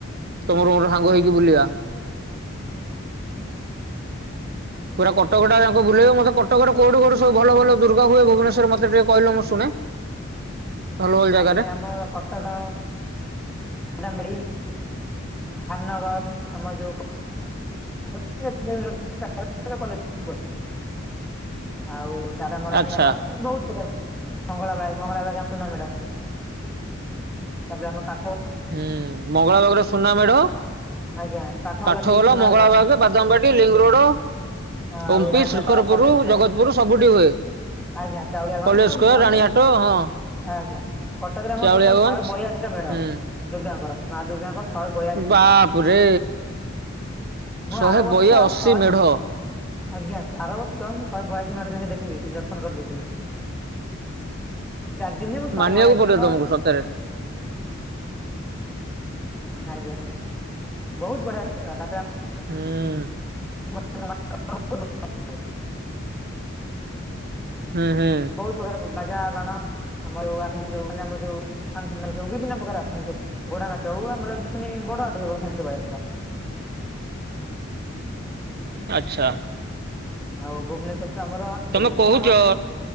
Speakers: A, on the right; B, in the centre.
A: ତମର ମୋର ସାଙ୍ଗ ହେଇକି ବୁଲିବା। ପୁରା କଟକ ଟା ଜାଙ୍କ ବୁଲେଇବ ମୋତ କଟକରେ କୋଉଠି କୋଉଠି ସବୁ ଭଲ ଭଲ ଦୁର୍ଗା ହୁଏ ଭୁବନେଶ୍ୱର ରେ ମତେ ଟିକେ କହିଲ ମୁଁ ଶୁଣେ। ଭଲ ଭଲ ଜାଗାରେ
B: ଆଗେ ଆମର କଟକ ବାଦାମ୍ ବାଡ଼ି ଖାନନଗର ଆମ ଯୋଉ ପ <unintelligible> ଆଉ ତାରା ଆମ ରାଣୀଆର
A: ଆଚ୍ଛା
B: ବହୁତ ପ୍ରକାର ମଙ୍ଗଳବାଗ ମଙ୍ଗଳବାଗ ଆମ ସୁନା ମେଢ ତାପରେ ଆମ କା
A: ହୁଁ ମଙ୍ଗଳା ବାଗରେ ସୁନା ମେଢ
B: ଆଜ୍ଞା କାଠଗୋଲା
A: କାଠ
B: ସାହି ବି
A: ଗୋଲା
B: ସୁନା
A: ମଙ୍ଗଳା
B: ମେଢ
A: ବାଗ। ବାଦାମବାଡି ଲିଙ୍ଗ ରୋଡ
B: ଆଉ
A: OMP
B: Ranihat
A: Srikharapur
B: college square
A: ଜଗତପୁରୁ ସବୁଠି ହୁଏ।
B: ଆଜ୍ଞା ଚାଉଳିଆଗଞ୍ଜ
A: କଲେଜ
B: ସବୁ
A: ସ୍କୋୟାର
B: ଆମର
A: ରାଣୀ ହାଟ ହଁ।
B: ଆଜ୍ଞା କଟକରେ ଆମର
A: ଚାଉଳିଆଗଞ୍ଜ
B: ଟୋଟାଲ ଶହେ ବୟାଅଶି ଟା ମେଢ
A: ହୁଁ
B: ଦୁର୍ଗାଙ୍କର ମା ଦୁର୍ଗାଙ୍କର ଶହେ ବୟାଅଶୀ
A: ବାପରେ
B: ମେଢ ମୁଁ
A: ଶହେ
B: ଆର ବର୍ଷ
A: ବୟା ଅଶୀ
B: ଶହେ
A: ମେଢ?
B: ଆଜ୍ଞା ସ ଆର ବର୍ଷ ମୁଁ ଶହେ ବୟାଅଶୀ ମେଢ଼ ଯାଇଁକି ଦେଖି ଦେଇଥିଲି ଦର୍ଶନ କରିଦେଇଥିଲି। ଚାରି ଦିନରେ ମୁଁ ଶହେ
A: ମାନିବାକୁ
B: ବୟାଅଶୀ
A: ପଡିବ
B: ମେଢ଼
A: ତମକୁ ସତରେ
B: ହୁଁ ଆଜ୍ଞା ବହୁତ ବଢିଆ ତା ପରେ ଆମ
A: ହୁଁ।
B: <unintelligible>
A: ହୁଁ ହୁଁ।
B: ତେ ପ୍ରକାର ବାଜା ବାଣ ଆମର ଯୋଉ ଆସନ୍ତି ଯୋଉ ମାନେ ଆମ ଯୋଉ ନ୍ତି ସବୁ ବିଭିନ୍ନ ପ୍ରକାର ଆସନ୍ତି ସବୁ ଘୋଡ ନାଚ ହୋଉ ଆମର ମାନେ ବଡ <unintelligible> ଶୋଭାଯାତ୍ରା।
A: ଆଚ୍ଛା।
B: ଆଉ ଭୁବନେଶ୍ଵର ତ ଆମର ଭୁବନେଶ୍ୱର
A: ତମେ କହୁଚ
B: ତ ଆମର ସେଇ